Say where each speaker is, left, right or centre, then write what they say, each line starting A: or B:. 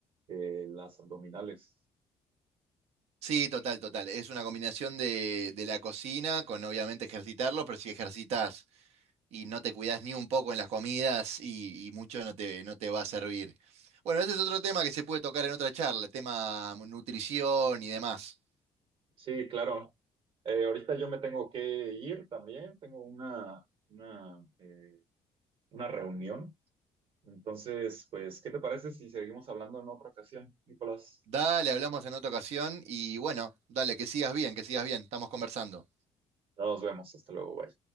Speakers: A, on the right; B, on the right.
A: eh, las abdominales.
B: Sí, total, total. Es una combinación de, de la cocina con obviamente ejercitarlo, pero si ejercitas y no te cuidas ni un poco en las comidas y, y mucho no te, no te va a servir. Bueno, ese es otro tema que se puede tocar en otra charla, el tema nutrición y demás.
A: Sí, claro. Eh, ahorita yo me tengo que ir también, tengo una, una, eh, una reunión. Entonces, pues, ¿qué te parece si seguimos hablando en otra ocasión, Nicolás?
B: Dale, hablamos en otra ocasión y bueno, dale, que sigas bien, que sigas bien, estamos conversando.
A: Nos vemos, hasta luego, bye.